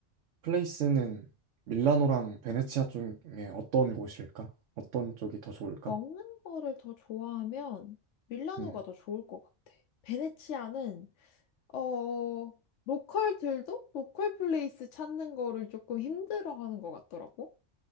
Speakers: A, on the right; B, on the left.
A: 플레이스는 밀라노랑 베네치아 쪽에 어떤 곳일까? 어떤 쪽이 더 좋을까?
B: 먹는 거를 더 좋아하면 밀라노가
A: 응.
B: 더 좋을 것 같아. 베네치아는 어 로컬들도 로컬 플레이스 찾는 거를 조금 힘들어하는 것 같더라고.